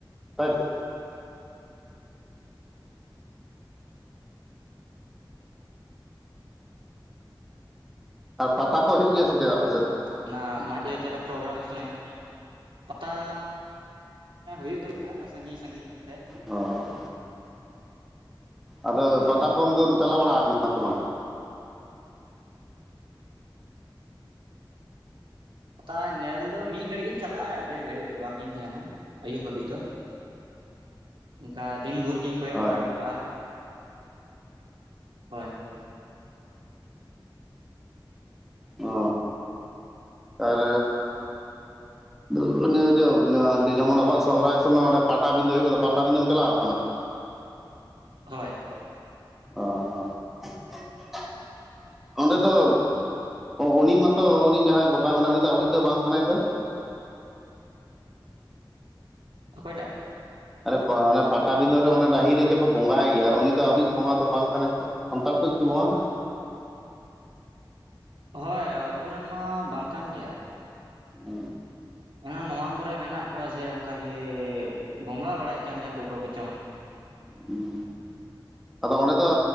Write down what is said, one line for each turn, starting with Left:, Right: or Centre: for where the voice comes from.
Centre: ᱛᱟᱭᱛᱚ᱾ ᱟᱨ ᱯᱟᱛᱟ ᱠᱚ ᱦᱩᱭᱩᱜ ᱜᱮᱭᱟ ᱥᱮ ᱪᱮᱫ, ᱟᱯᱮᱥᱮᱫ?
Right: ᱚᱱᱟ ᱢᱟᱭᱤᱠ ᱛᱮ ᱪᱮᱫᱠᱟ ᱯᱨᱳᱜᱨᱟᱢ ᱦᱩᱭᱩᱜ ᱥᱚᱢᱚᱭ, ᱯᱟᱛᱟᱻ᱾ ᱦᱮᱸ, ᱦᱳᱭᱳᱜ ᱫᱚ ᱦᱩᱭ ᱞᱮᱱᱟ <unintelligible> ᱥᱟᱺᱜᱤᱧ ᱥᱟᱺᱜᱤᱧ ᱧᱚᱜ ᱛᱮ
Centre: ᱚᱻ--᱿ ᱟᱫᱚ
Right: ᱦᱳᱭ
Centre: ᱯᱟᱛᱟ ᱠᱚᱢ ᱫᱚᱢ, ᱪᱟᱞᱟᱣ ᱵᱟᱲᱟ ᱠᱟᱱᱟ ᱥᱮ ᱵᱟᱝ?
Right: ᱯᱟᱛᱟ ᱧᱮᱞ ᱫᱚ ᱢᱤᱫ ᱜᱷᱟᱲᱤᱡ ᱜᱤᱧ ᱪᱟᱞᱟᱜᱼᱟ, ᱟᱰᱤ ᱜᱷᱟᱲᱤᱡ ᱫᱚ ᱵᱟᱝᱤᱧ ᱛᱟᱦᱮᱸᱱᱟ ᱟᱭᱩᱵ ᱦᱟᱵᱤᱡ ᱫᱚ᱾ ᱚᱝᱠᱟ ᱫᱤᱱ ᱵᱷᱳᱨ ᱜᱤᱧ ᱠᱚᱭᱚᱜ ᱵᱟᱲᱟ
Centre: ᱟᱪ
Right: ᱴᱚ ᱠᱟᱜᱼᱟ, ᱦᱚᱭ
Centre: ᱚᱻ᱾ ᱟᱨᱻ᱾ <unintelligible> ᱤᱭᱟᱹ ᱡᱮᱢᱚᱱ ᱟᱵᱚᱣᱟᱜ ᱥᱚᱦᱚᱨᱟᱭ ᱥᱚᱢᱚᱭ ᱚᱸᱰᱮ ᱯᱟᱴᱟᱵᱤᱫᱟᱹ ᱦᱳᱭᱳᱜ ᱫᱚ, ᱯᱟᱴᱟᱵᱤᱫᱟᱹᱢ ᱪᱟᱞᱟᱣ ᱠᱟᱱᱟ?
Right: ᱦᱚᱭ᱾
Centre: ᱚᱻ <unintelligible> ᱚᱸᱰᱮ ᱫᱚ, ᱩᱱᱤ ᱢᱟᱛᱚ ᱩᱱᱤ ᱡᱟᱸᱦᱟᱸᱭ ᱵᱚᱸᱜᱟ ᱢᱮᱱᱟᱭ ᱩᱱᱤ ᱫᱚ ᱟᱵᱚᱭᱤᱡ ᱫᱚ ᱵᱟᱝ ᱠᱟᱱᱟᱭ ᱛᱚ?
Right: ᱚᱠᱚᱭ ᱴᱟᱜ?
Centre: ᱟᱨᱮ ᱚᱱᱮ ᱯᱟᱴᱟᱵᱤᱫᱽᱟᱹ ᱨᱮ ᱚᱱᱟ, ᱰᱟᱦᱤᱨᱮ ᱡᱮ ᱠᱚ ᱵᱚᱸᱜᱟᱭ ᱜᱮᱭᱟ ᱩᱱᱤ ᱫᱚ ᱟᱵᱚᱭᱤᱡ ᱵᱚᱸᱜᱟ ᱫᱚ ᱵᱟᱝ ᱠᱟᱱᱟᱭ ᱛᱚ, ᱥᱟᱱᱛᱟᱲ ᱠᱚᱭᱤᱡ ᱠᱤ ᱵᱚᱸᱜᱟ ᱠᱟᱱᱟᱭ?
Right: ᱦᱚᱭ, ᱟᱵᱚᱨᱮᱱ ᱢᱟ ᱵᱟᱝ ᱠᱟᱱ ᱜᱮᱭᱟᱭ᱾
Centre: ᱦᱮᱸ <unintelligible>
Right: ᱮᱱᱦᱚᱸ ᱱᱚᱣᱟ ᱠᱚᱨᱮ ᱢᱮᱱᱟᱜ ᱠᱚᱣᱟ ᱡᱮ ᱚᱝᱠᱟᱜᱮ, ᱵᱚᱸᱜᱟ ᱵᱟᱲᱟᱭᱮᱫ ᱠᱟᱱ ᱜᱮᱭᱟ ᱠᱚ, ᱚᱠᱚᱭ ᱠᱚᱪᱚᱝ᱾
Centre: ᱦᱩᱸ, ᱟᱫᱚ ᱚᱸᱰᱮ ᱫᱚ